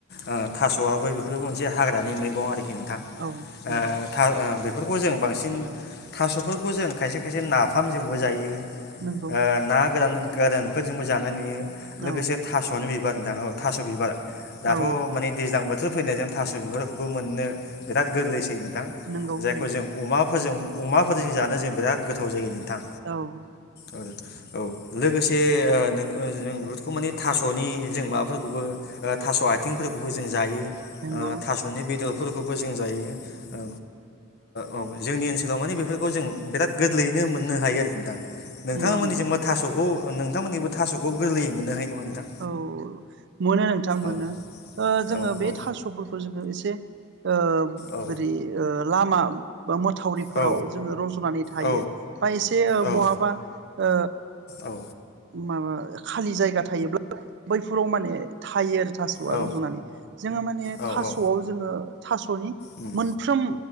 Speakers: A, on the left; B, on the right.
A: ओ थास'आबो बेफोरबो मोनसे हाग्रानि मैगं आरो खि नोंथां ओ
B: औ नंगौ
A: थार ओ बे बेफोरखौ जों बांसिन थास'फोरखौ जों खायसे खायसे नाफामजोंबो जायो। ओ
B: नंगौ
A: ना गोरान गोरानफोरजोंबो जानाय नुयो।
B: औ
A: लोगोसे थास'नो बि बार नोंथां औ थास' बिबार दाथ'
B: औ
A: माने दैज्लां बोथ थोर फैनायजों थास' बिबारखौबो मोननो बिराद गोरलैसै थां
B: नंगौ
A: जायखौ
B: नंगौ
A: जों अमाफोरजों अमाफोरजों जानो जों बिराद गोथाव जायो नों थां
B: औ
A: ओर औ लोगोसे ओ नों <unintelligible> खौ माने थास'नि जों माबाफोरखौबो ओ थास' आथिंफोरखौबो जों जायो। ओ
B: नंगौ
A: थास'नि बेदर फोरखौबो जों जायो। औ ओ औ जोंनि ओनसोलाव मानि बेफोरखौ जों बिराद गोरलैयैनो मोननो हायो आरोखि नोंथां
B: नंगौ
A: नोंथाङा मोननि
B: नंगौ
A: जोंबो थास' ह' नोंथांमोननि खैबो थास'खौ गोरलैयै मोननो हायो नामा नोंथां
B: औ मोनो नोंथां मोनो
A: औ
B: ओ जोङो
A: औ
B: बे
A: औ
B: थास'फोरखौ जोङो एसे ओ
A: औ
B: बोरि ओ लामा बा मोथावरिफोराव
A: औ
B: जोङो रज'नानै थायो
A: औ
B: बा एसे
A: औ
B: बहाबा ओ
A: औ
B: माबा ओ खालि जायगा थायोब्ला <inaudible> बैफोराव माने थायो आरो थास'आ
A: औ
B: रज'नानै जोङो माने
A: औ
B: थास'आव
A: औ
B: जोङो थास स'नि
A: उम
B: मोनफ्रोम